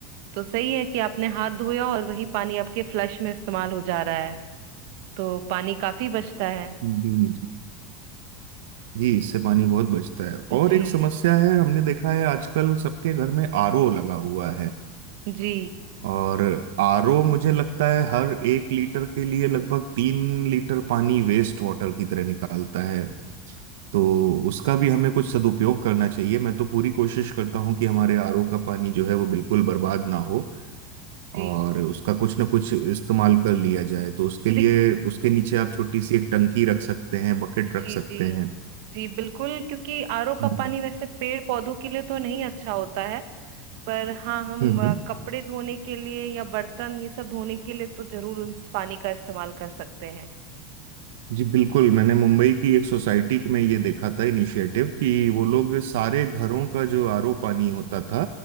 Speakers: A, on the right (about 55°); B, on the right (about 75°).
A: तो सही है कि आपने हाथ धोया और वही पानी आपके फ्लश में इस्तेमाल हो जा रहा है तो पानी काफी बचता है
B: जी जी जी इससे पानी बहुत बचता है
A: जी
B: और एक समस्या है हमने देखा है आजकल सबके घर में आरओ लगा हुआ है
A: जी
B: और आरओ मुझे लगता है हर एक लीटर के लिए लगभग तीन लीटर पानी वेस्ट वाटर की तरह निकालता है तो उसका भी हमें कुछ सदुपयोग करना चाहिए मैं तो पूरी कोशिश करता हूँ कि हमारे आरओ का पानी जो है वो बिल्कुल बर्बाद ना हो
A: जी
B: और उसका कुछ ना कुछ इस्तेमाल कर लिया जाए तो उसके
A: देख-
B: लिए उसके नीचे आप छोटी सी एक टंकी रख सकते हैं बकेट
A: जी
B: रख सकते
A: जी
B: हैं
A: जी बिल्कुल क्योंकि आरओ का
B: हम्म
A: पानी वैसे पेड़ पौधों के लिए तो नहीं अच्छा होता है पर हाँ हम
B: हम्म
A: अ,
B: हम्म।
A: कपड़े धोने के लिए या बर्तन ये सब धोने के लिए तो जरूर उस पानी का इस्तेमाल कर सकते हैं
B: जी बिल्कुल मैंने मुंबई की एक सोसाइटी में ये देखा था इनिशिएटिव कि वो
A: जी
B: लोग सारे घरों का जो आरओ पानी होता था